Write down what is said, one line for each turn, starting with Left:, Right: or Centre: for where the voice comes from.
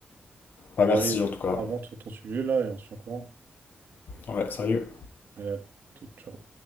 Left: Bah,
Right: Bon,
Left: merci
Right: allez,
Left: en tout cas.
Right: avance sur ton sujet là et on se tient au courant.
Left: Ouais, sérieux.
Right: Allez, à toute, ciao.